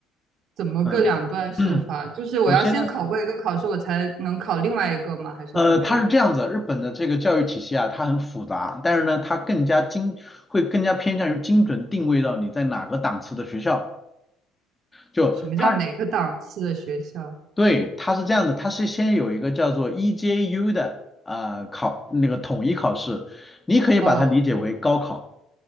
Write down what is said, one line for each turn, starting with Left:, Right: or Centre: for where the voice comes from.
Right: 怎么个两段式法？
Left: 嗯，<clears throat>
Right: 就是我要先考过一个考试，
Left: 首先呢，
Right: 我才能考另外一个吗？还是怎么样？
Left: 呃，它是这样子，日本的这个教育体系啊，它很复杂，但是呢，它更加精，会更加偏向于精准定位到你在哪个档次的学校。就它，
Right: 什么叫哪个档次的学校？
Left: 对，它是这样的，它是先有一个叫做 EJU 的呃考那个统一考试，你可以把它理解为高考。
Right: 哦，